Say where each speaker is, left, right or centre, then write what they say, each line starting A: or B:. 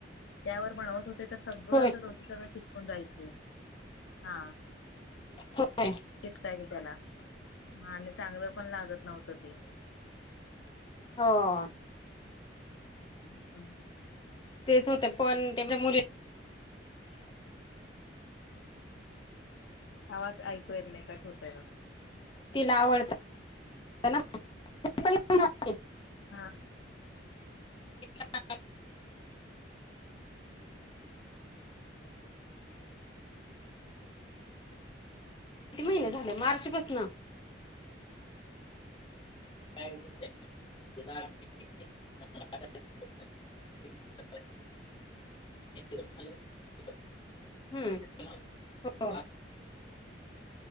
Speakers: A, on the left; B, on the left.
A: त्यावर पणव ते तर सगळं
B: होय
A: असं डोसे सगळं चिटकून जायचे हा.
B: होय
A: चिटकायची त्याला आणि चांगलं पण लागत नव्हतं ते
B: हो.
A: हम्म.
B: तेच होते पण त्यांच्या मुली
A: आवाज ऐकूयाेत नाही काट होतय ब
B: तिला आवडत. ना <unintelligible>
A: हां.
B: क किती महिने झाले मार्च पासन <unintelligible> <unintelligible> हम् हो.